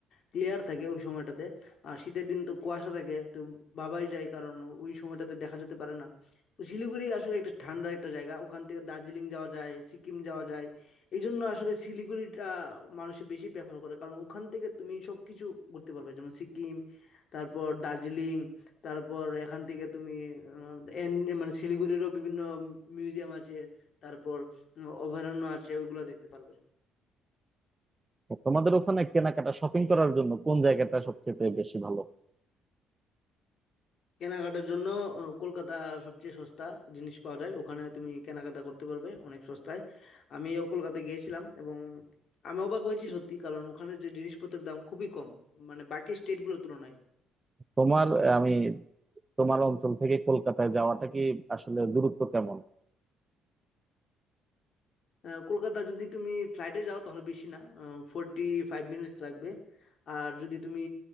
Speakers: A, on the left (about 60°); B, on the right (about 20°).
A: ক্লিয়ার থাকে ওই সময়টাতে আর শীতের দিন তো কুয়াশা থাকে তো ভাবাই যায় কারণ ওই সময়টাতে দেখা যেতে পারে না তো শিলিগুড়ি আসলে একটা ঠান্ডা একটা জায়গা ওখান থেকে দার্জিলিং যাওয়া যায় সিকিম যাওয়া যায় এই জন্য আসলে শিলিগুড়িটা মানুষ বেশি প্রেফার করে কারণ ওখান থেকে তুমি সবকিছু ঘুরতে পারবে যেমন সিকিম তারপর দার্জিলিং তারপর এখান থেকে তুমি আহ, এন- মানে শিলিগুড়িরও বিভিন্ন মিউজিয়াম আছে তারপর অভয়ারণ্য আছে ওইগুলো দেখতে পারবে
B: তোমাদের ওখানে কেনাকাটা শপিং করার জন্য কোন জায়গাটা সবচেয়ে বেশি ভালো
A: কেনাকাটার জন্য আহ, কলকাতা সবচেয়ে সস্তা জিনিস পাওয়া যায় ওখানে তুমি কেনাকাটা করতে পারবে অনেক সস্তায় আমিও কলকাতা গিয়েছিলাম এবং আমি অবাক হয়েছি সত্যি কারণ ওখানে যে জিনিসপত্রের দাম খুবই কম মানে বাকি স্টেটগুলোর তুলনায়
B: তোমার আহ, আমি তোমার অঞ্চল থেকে কলকাতায় যাওয়াটা কি আসলে দূরত্ব কেমন
A: আহ, কলকাতা যদি তুমি ফ্লাইটে যাও তাহলে বেশি না ফোর্টি ফাইভ মিনিটস লাগবে আর যদি তুমি